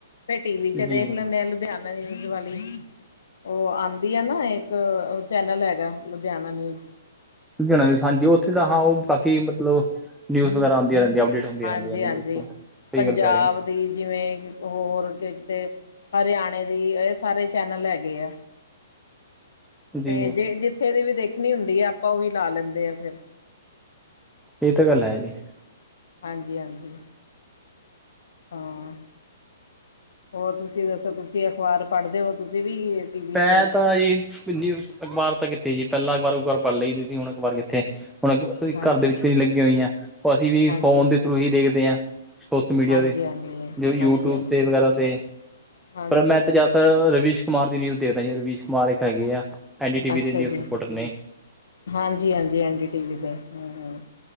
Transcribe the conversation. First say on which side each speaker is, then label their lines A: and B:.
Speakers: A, on the left; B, in the centre.
A: ਫਿਰ ਟੀ ਵੀ ਚ
B: ਜੀ
A: ਦੇਖ ਲੈਂਣੇ ਆਾਂ ਲੁਧਿਆਣੇ ਨਿਊਜ਼ ਵਾਲੀ ਓ‌ ਆਂਦੀ ਐ ਨਾ ਏਕ ਇੱਕ ਚੈਨਲ ਹੈਗਾ ਲੁਧਿਆਣਾ ਨਿਊਜ਼
B: ਲੁਧਿਆਣਾ ਵਿੱਚ ਹਾਂਜੀ, ਉੱਥੇ ਦਾ ਹਾਂ ਓ ਕਾਫੀ ਮਤ- ਮਤਲਬ ਨਿਊਜ਼ ਵਗੈਰਾ ਆਦੀਆਂ ਰਣਦੀਆਂ, ਅਪਡੇਟ ਹੁੰਦੀਆਂ
A: ਹਾਂਜੀ
B: ਰਣਦੀਆਂ ਨੇ
A: ਹਾਂਜੀ
B: ਬਿਲਕੁਲ ਸਈ
A: ਪੰਜਾਬ
B: ਗੱਲ ਕਹਿ ਰੇ ਓ।
A: ਦੀ ਜਿਵੇਂ- ਹੋਰ ਕਿਤੇ ਹਰਯਾਣੇ ਦੀ, ਏ ਸਾਰੇ ਚੈਨਲ ਹੈਗੇ ਐ।
B: ਹੋ ਜੀ
A: ਤੇ ਜੇ ਜਿੱਥੇ ਦੀ ਵੀ ਦੇਖਣੀ ਹੁੰਦੀ ਐ ਆਪਾਂ ਓਈ ਲਾ ਲੈਂਦੇ ਆ ਫੇਰ-
B: ਏ ਤਾਂ ਗੱਲ ਹੈ ਜੀ।
A: ਹਾਂਜੀ-ਹਾਂਜੀ। ਹਾਂ ਹੋਰ ਤੁਸੀਂ ਦੱਸੋ ਤੁਸੀਂ ਅਖਬਾਰ ਪਾੜ੍ਹਦੇ ਓ ਤੁਸੀਂ ਵੀ- ਟੀ ਵੀ
B: ਮੈਂ
A: 'ਚ ਹੀ
B: ਤਾਂ ਜੀ ਕਿਨੀ ਅਖਬਾਰ ਤਾਂ ਕਿੱਥੇ ਜੀ ਪੈਲਾਂ ਅਖ਼ਬਾਰ ਉਖਬਾਰ ਪੜ੍ਹ ਲਈ ਦੀ ਸੀ ਹੁਣ ਅਖ਼ਬਾਰ ਕਿੱਥੇ ਹੁਣਸੀਂ
A: ਹਾਂਜੀ
B: ਘਰ ਦੇ ਵਿੱਚ ਵੀ ਨੀ ਲੱਗੀਆਂ ਹੋਈਆਂ ਓ ਅਸੀਂ ਵੀ
A: ਹਾਂਜੀ
B: ਫੋਨ ਦੇ ਥ੍ਰਉ ਈ ਦੇਖਦੇ ਹਾਂ ਸੋਸ਼ਲ ਮੀਡੀਆ
A: ਹਾਂਜੀ-ਹਾਂਜੀ,
B: ਤੇ ਜੋ ਯੂਟਿਊਬ
A: ਹਾਂਜੀ-ਹਾਂਜੀ,
B: ਤੇ ਵਗੈਰਾ ਤੇ
A: ਹਾਂਜੀ-ਹਾਂਜੀ,
B: ਪਰ ਮੈਂ ਤਾਂ ਜ਼ਿਆਦਾਤਰ ਰਵੀਸ਼ ਕੁਮਾਰ ਦੀ ਨਿਊਜ਼ ਦੇਖਦਾ ਜੀ ਰਵੀਸ਼ ਕੁਮਾਰ ਇੱਕ ਹੈਗੇ ਆ ਐਨ ਡੀ ਟੀ ਵੀ
A: ਅੱਛਾ
B: ਦੇ ਨਿਊਜ਼
A: ਜੀ।
B: ਰਿਪੋਰਟਰ ਨੇ
A: ਹਾਂਜੀ-ਹਾਂਜੀ ਐਨ ਡੀ ਟੀ ਵੀ ਤੇ ਹੂੰ-ਹੂੰ